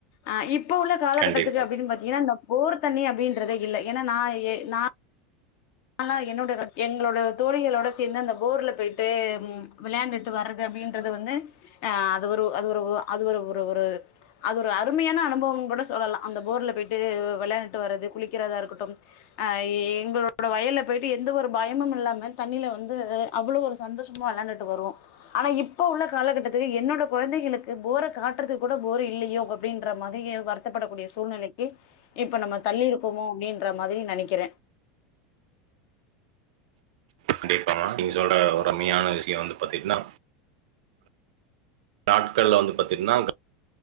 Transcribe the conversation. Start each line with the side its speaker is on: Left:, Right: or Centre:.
Left: ஆ இ ப்ப உள்ள காலகட்டத்துக்கு
Right: கண்டிப்பா
Left: அப்டின்னு பாத்தீங்கன்னா இந்த போர் தண்ணி அப்டின்றதே இல்ல ஏன்னா நா ஏ நா ன்லா என்னோட ஆ எங்களோட தோழிகளோட சேந்து அந்த போர்ல போயிட்டு ம் விளையாண்டுட்டு வர்றது அப்டின்றது வந்து அ அது ஒரு அது ஒரு அது ஒரு ஒரு ஒரு அது ஒரு அருமையான அனுபவம்னு கூட சொல்லலா அந்த போர்ல போயிட்டு வ விளையாண்டுட்டு வரது குளிக்கிறதா இருக்கட்டும் ஆ எங்களோ ட வயல்ல போயிட்டு எந்த ஒரு பயமும் இல்லாம தண்ணில வந்து அவ்வளவு ஒரு சந்தோஷமா வெளையாண்டுட்டு வருவோ ஆனா இப்ப உள்ள காலகட்டத்துக்கு என்னோட குழந்தைகளுக்கு போர காட்றதுக்கு கூட போரு இல்லையோ அப்டின்ற மாதிரி வருத்தப்படக்கூடிய சூழ்நிலைக்கி இப்ப நம்ம தள்ளி இருக்கோமோ அப்டின்ற மாதிரி நெனைக்கிறே
Right: கண்டிப்பாமா நீங்க சொல்ற ஒரு அருமையான விஷயோ வந்து பாத்தீங்கன்னா நாட்கள்ல வந்து பாத்தீங்கன்னா க